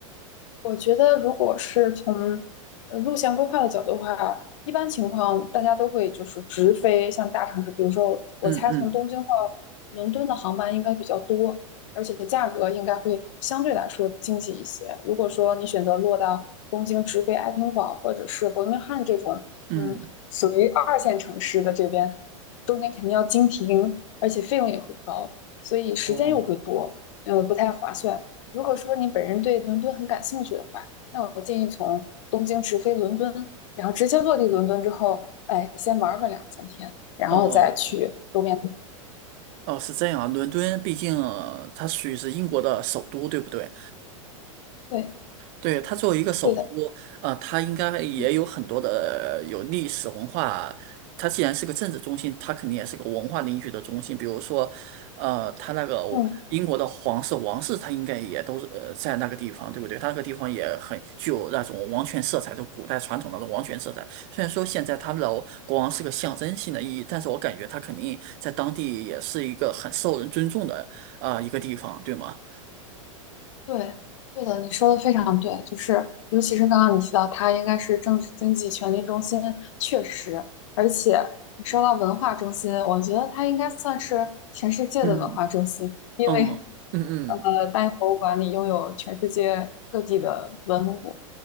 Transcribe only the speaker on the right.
嗯嗯
嗯，
哦
哦哦，是这样啊伦敦毕竟呃它属于是英国的首都，对不对？
对，它作为一个首都，
呃，它应该也有很多的有历史文化。
它既然是个政治中心，它肯定也是个文化领域的中心。比如说，呃，它那个英国的皇室、
王室，它应该也都是呃在那个地方，对不对？它那个地方也很具有那种王权色彩，就古代传统那种王权色彩。虽然说现在他们的国王是个象征性的意义，但是我感觉他肯定在当地也是一个很受人尊重的啊、呃一个地方，对吗？
嗯，
嗯嗯嗯。